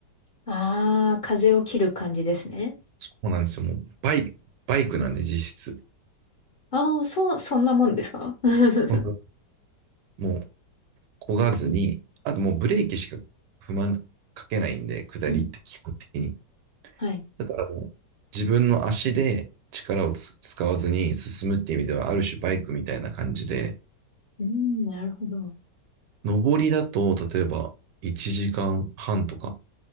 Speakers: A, on the left (about 50°); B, on the right (about 80°).
A: ん。ああ、風を切る感じですね。
B: そうなんですよ。もうバイ、バイクなんで実質。
A: ああ、そう、そんなもんですか <laughs>
B: そんなもう漕がずに、あともうブレーキしか踏まな、かけないんで、下りって基本的に。
A: うん。はい。
B: だからもう自分の足で力をつ使わずに進むっていう意味では、ある種バイクみたいな感じで、
A: うん、なるほど。
B: 上りだと、例えば1時間半とか、